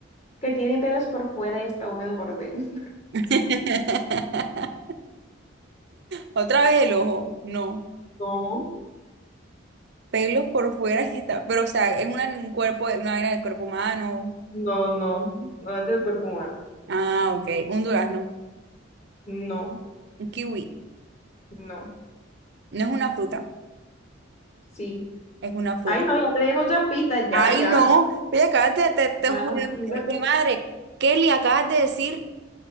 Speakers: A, on the left; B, on the right.
A: Que tiene pelos por fuera y está húmedo por dentro.
B: <laughs> Otra vez el ojo. No.
A: No,
B: Pelos por fuera y está. Pero, o sea, es una, un cuerpo, una vaina del cuerpo humano.
A: no, no, no es del cuerpo humano.
B: Ah, ok. Un durazno.
A: No,
B: Un kiwi.
A: no.
B: No es una fruta.
A: Sí.
B: Es una fruta.
A: Ay, no, ya te di muchas pistas, ya,
B: Ay,
A: ya.
B: no. Oye, acabas de, te, te-
A: Ya,
B: joder,
A: mírate.
B: eh, jue madre. Kelly, acabas de decir.